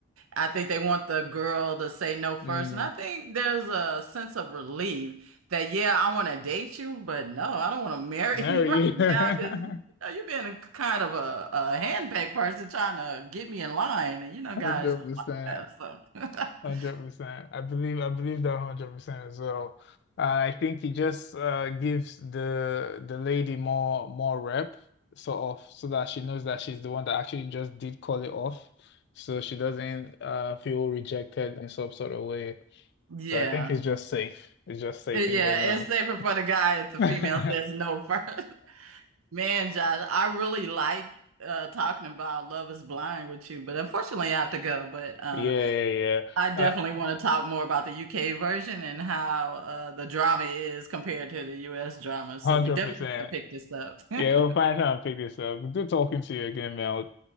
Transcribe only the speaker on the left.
Mm.
Marry.
<laughs>
Hundred
percent.
Hundred percent. I believe I believe that hundred percent as well. Uh, I think he just uh gives the the lady more more rep sort of so that she knows that she's the one that actually just did call it off. So she doesn't uh feel rejected in some sort of way.
But I think it's just safe. It's just safe
in general.
<laughs>
Yeah, yeah,
yeah. Uh,
100%.
Yeah, we'll find time and pick this up. Good talking to you again, Mel.